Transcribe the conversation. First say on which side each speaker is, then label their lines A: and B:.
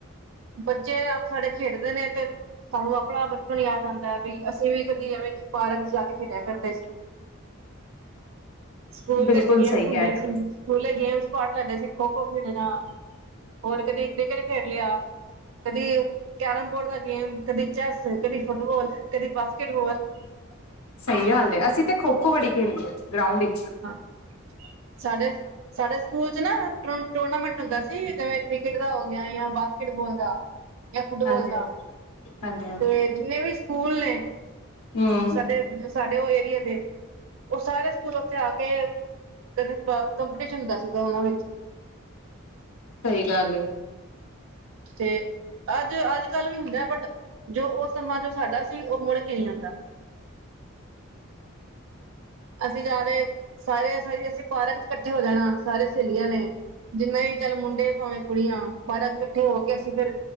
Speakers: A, on the right (about 65°); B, on the left (about 80°).
A: ਬੱਚੇ ਸਾਡੇ ਖੇਡਦੇ ਨੇ ਤੇ, ਸਾਨੂੰ ਆਪਣਾ ਬਚਪਨ ਯਾਦ ਆਉਂਦਾ ਬੀ ਅਸੀਂ ਵੀ ਕਦੀ ਪਾਰਕ ਜਾ ਕੇ ਖੇਡਿਆ ਕਰਦੇ ਸੀ। ਸਕੂਲ
B: ਬਿਲਕੁਲ
A: ਵਿੱਚ ਗੇਮ
B: ਸਹੀ
A: ਹੁੰਦੇ
B: ਕਹਿ ਰਹੇ
A: ਸੀ।
B: ਹੋ
A: ਸਕੂਲੇ ਗੇਮਸ ਪਾਰਟ ਲੈਂਦੇ ਸੀ ਖੋ ਖੋ ਖੇਡਣਾ, ਹੋਰ ਕਦੇ ਕ੍ਰਿਕਟ ਖੇਡ ਲਿਆ। ਕਦੀ ਕੈਰਮ ਬੋਰਡਦਾ ਗੇਮ, ਕਦੀ ਚੈੱਸ, ਕਦੀ ਫੁਟਬੋਲ, ਕਦੀ ਬਾਸਕਿਟਬੋਲ। <unintelligible>
B: ਸਹੀ ਗੱਲ ਏ। ਅਸੀ ਤੇ ਖੋ ਖੋ ਬੜੀ ਖੇਲੀ ਏ ਗਰਾਊਂਡ ਇਚ,
A: ਹਮ। ਸਾਡੇ ਸਾਡੇ ਸਕੂਲ ਚ ਨਾ ਟੂਰਨਾਮੈਂਟ ਹੁੰਦਾ ਸੀ ਜਿਵੇਂ ਕ੍ਰਿਕਟ ਦਾ ਹੋ ਗਿਆ ਕ੍ਰਿਕਟਬਾਲ ਦਾ ਜਾਂ ਫੁੱਟਬਾਲ
B: ਹਾਂਜੀ-ਹਾਂਜੀ,
A: ਦਾ
B: ਹਾਂਜੀ-ਹਾਂਜੀ।
A: ਤੇ ਜਿੰਨੇ ਵੀ ਸਕੂਲ ਨੇ,
B: ਹੂੰ,
A: ਸਾਡੇ ਸਾਡੇ ਉਹ ਏਰੀਏ ਦੇ ਉਹ ਸਾਰੇ ਸਕੂਲ ਉੱਥੇ ਆ ਕੇ, ਕਦੇ ਕੰਪੀਟੀਸ਼ਨ ਹੁੰਦਾ ਸੀ ਉਹਨਾਂ ਵਿੱਚ।
B: ਸਹੀ ਗੱਲ ਹੈ।
A: ਤੇ ਅੱਜ, ਅੱਜ-ਕੱਲ੍ਹ ਵੀ ਹੁੰਦਾ ਬਟ ਜੋ ਉਹ ਸਮਾਂ ਜੋ ਸਾਡਾ ਸੀ, ਉਹ ਮੁੜ ਕੇ ਨਹੀਂ ਆਉਂਦਾ। ਅਸੀਂ ਜਾਦੇ ਸਾਰੇ ਅਸੀਂ ਪਾਰਕ ਚ ਇਕੱਠੇ ਹੋ ਜਾਣਾ ਸਾਰੇ ਸਹੇਲੀਆਂ ਨੇ, ਜਿੰਨੇ ਵੀ ਚੱਲ ਮੁੰਡੇ ਭਾਵੇਂ ਕੁੜੀਆਂ ਪਰ ਇਕੱਠੇ ਹੋ ਕੇ ਅਸੀਂ ਫਿਰ